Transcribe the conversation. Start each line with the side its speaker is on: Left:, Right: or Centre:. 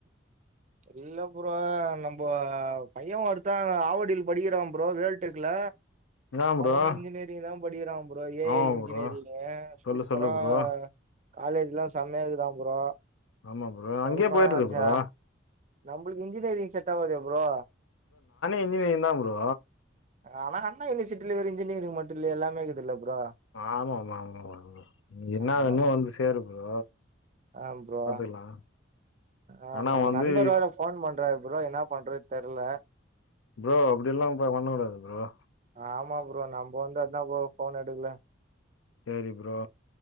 Right: இல்ல ப்ரோ நம்ப பைய ஒருத்த ஆவடியில் படிக்கிறா ப்ரோ வேல் டெக்ல
Left: என்ன
Right: அவனு
Left: ப்ரோ
Right: இன்ஜினியரிங் தா படிக்றாம் ப்ரோ ஏ
Left: ஆமா
Right: ஐ இன்ஜினியரிங்கு
Left: ப்ரோ. சொல்லு
Right: சூப்பரா
Left: சொல்லு ப்ரோ.
Right: காலேஜ்லா செமையா இருக்குதா ப்ரோ
Left: ஆமா ப்ரோ.
Right: சொல்றா
Left: அங்கேயே போயிருது ப்ரோ.
Right: ஜா நம்புளுக்கு இன்ஜினியரிங் செட் ஆவாதே ப்ரோ
Left: இன்ஜினியரிங்தா ப்ரோ
Right: ஆனா அண்ணா யுனிவர்சிட்டில வெறு இன்ஜினியரிங் மட்டு இல்ல எல்லாமே இருக்குதுல்ல ப்ரோ
Left: ஆமா ஆமா ஆமா ஆமா ப்ரோ நீ என்னா
Right: ஆமா
Left: வேணுமோ
Right: ப்ரோ
Left: வந்து சேரு ப்ரோ
Right: ஆ ப்ரோ
Left: பாத்துக்கலாம்.
Right: ஆ
Left: ஆனா
Right: நம்ம
Left: வந்து
Right: நண்பர் வேற ஃபோன் பண்றாரு ப்ரோ என்னா பண்றத் தெர்ல
Left: ப்ரோ அப்டி எல்லாம் போய் பண்ணக் கூடாது ப்ரோ
Right: ஆமா ப்ரோ நம்ப வந்து அத்தா ப்ரோ ஃபோன் எடுக்குல
Left: சேரி ப்ரோ